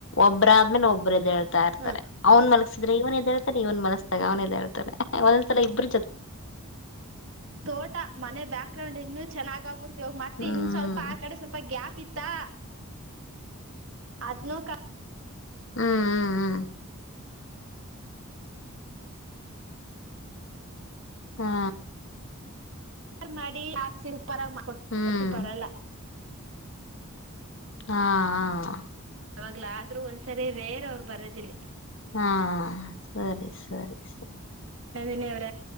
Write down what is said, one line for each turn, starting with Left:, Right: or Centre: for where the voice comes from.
Left: ಒಬ್ಬ್ರಾದ್ಮೇಲೆ ಒಬ್ಬರು ಇದ್ ಹೇಳ್ತಾ ಇರ್ತಾರೆ
Right: ಹ್ಮ
Left: ಅವನ್ ಮಲಗಸಿದ್ರೆ ಇವನ್ ಇದ ಇವ ಮನಸ್ತಗಾವ ಆವಾ ಇತದೆ ಒಂದ್ಸಲ ಇಬ್ಬ್ರ
Right: ತೋಟ ಮನೆ ಬ್ಯಾಕ್ ಗ್ರೌಂಡ್ ಇನ್ನುೂ ಚೆನ್ನ <unintelligible> ಗ ಮತ್ತೆ
Left: ಹ್ಮ್
Right: ಇನ್ ಸ್ವಲ್ಪ ಆ ಕಡೆ ಸ್ವಲ್ಪ ಗ್ಯಾಪ್ ಪಿತಾ ಅದ್ನು ಕ
Left: ಹ್ಮ್ ಹ್ಮ್ ಹ್ಮ್ ಹಾ
Right: ಮಾಡಿ ಹಾಕ್ಸ ಪರ ಕೊಟ್ಟತ್ತು
Left: ಹ್ಮ್
Right: ಬರಲ್ಲ
Left: ಹಾ ಹ
Right: ಅವಾಗ್ಲ ಆದ್ರೂ ಒಂದ್ಸರಿ ರೇರ್ ಅವರು ಬರೋದಿಲ್ಲ
Left: ಹಾ ಸರಿ ಸರಿ ಸರಿ
Right: ಇನ್ನವರ